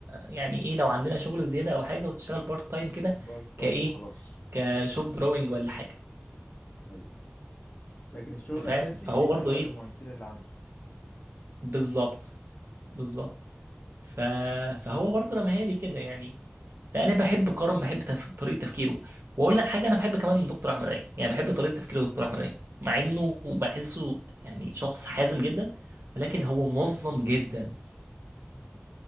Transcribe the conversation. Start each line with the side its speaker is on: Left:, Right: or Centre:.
Right: يعني ايه لو عندنا شغل زياده او حاجه وتشتغل بارت تايم كده
Left: بارت تايم
Right: كايه
Left: وخلاص
Right: كشوب دروينج ولا حاجه
Left: ايوه لكن الشغل الاساسي
Right: فاهم فهو
Left: بيشغله
Right: برضو ايه
Left: للمهندسين اللي عنده
Right: بالظبط بالظبط ف... فهو برضو رماها لي كده يعني فانا بحب كرم بحب تف... طريقه تفكيره واقول لك حاجه انا بحب كمان دكتور احمد عيد يعني بحب طريقه تفكيره دكتور احمد عيد مع انه بحسه يعني شخص حازم جدا ولكن
Left: هو
Right: هو
Left: اسمه كفايه
Right: منظم
Left: <laughs>
Right: جدا
Left: مش